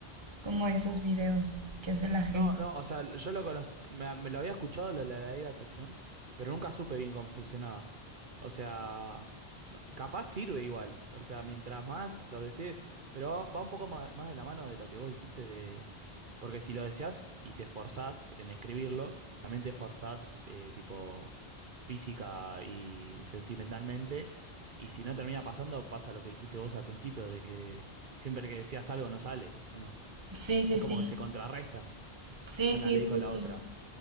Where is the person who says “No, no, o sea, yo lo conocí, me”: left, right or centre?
Right